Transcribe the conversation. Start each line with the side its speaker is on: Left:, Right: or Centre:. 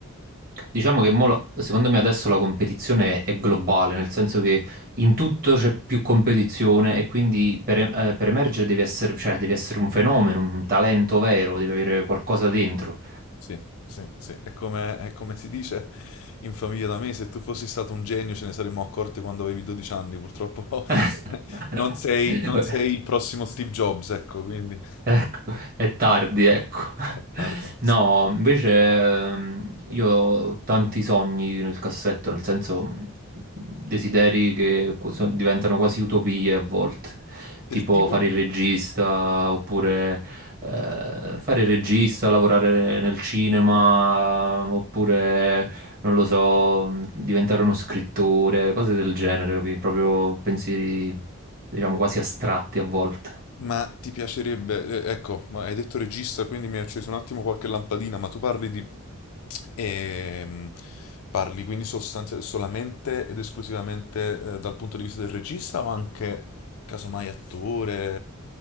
Right: Diciamo che mo la- secondo me adesso la competizione è globale, nel senso che in tutto c'è più competizione e quindi per, e- eh, per emergere devi essere, cioè, devi essere un fenomeno, un talento vero, devi avere qualcosa dentro.
Left: Sì, sì, sì. È come, è come si dice in famiglia da me, se tu fossi stato un genio ce ne saremmo accorti quando avevi 12 anni, purtroppo
Right: <laughs>
Left: <laughs> non sei, non sei il prossimo Steve Jobs, ecco, quindi
Right: Ecco, è tardi, ecco. <laughs>
Left: è tardi,
Right: No,
Left: sì.
Right: invece ehm, io ho tanti sogni nel cassetto, nel senso mh, desideri che qu- so- diventano quasi utopie a volte,
Left: Del
Right: tipo
Left: tipo?
Right: fare il regista oppure eh, fare il regista, lavorare nel cinema oppure, non lo so, mh, diventare uno scrittore, cose del genere, capi? proprio pensieri, diciamo, quasi astratti a volte.
Left: Ma ti piacerebbe, eh, ecco, ma hai detto regista, quindi mi hai acceso un attimo qualche lampadina, ma tu parli di... ehm, parli quindi sostanzialmente solamente ed esclusivamente eh, dal punto di vista del regista o anche casomai attore?